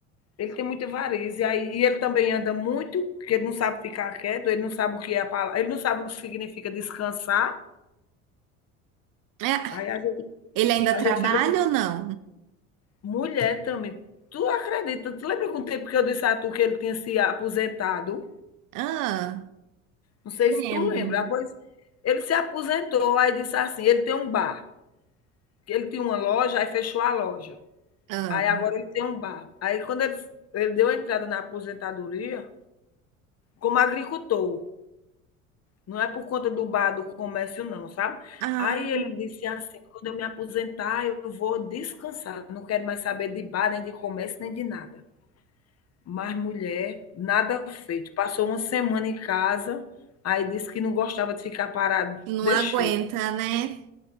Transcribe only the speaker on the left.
Ele tem muita varize, aí, e ele também anda muito, porque ele não sabe ficar quieto, ele não sabe o que é a palavra, ele não sabe o que significa descansar.
Aí
A gente
fica, tipo,
mulher também, tu acredita? Tu lembra com o tempo que eu disse a tu que ele tinha se aposentado?
Não sei
se tu lembra. Ah, Pois ele se aposentou, aí disse assim, ele tem um bar, que ele tinha uma loja, aí fechou a loja.
Aí agora ele tem um bar. Aí quando ele, ele deu a entrada na aposentadoria, como agricultor, não é por conta do bar, do comércio não, sabe?
Aí ele disse assim, quando eu me aposentar, eu vou descansar, não quero mais saber de bar, nem de comércio, nem de nada. Mas, mulher, nada feito. Passou uma semana em casa, aí disse que não gostava de ficar parado.
Deixei.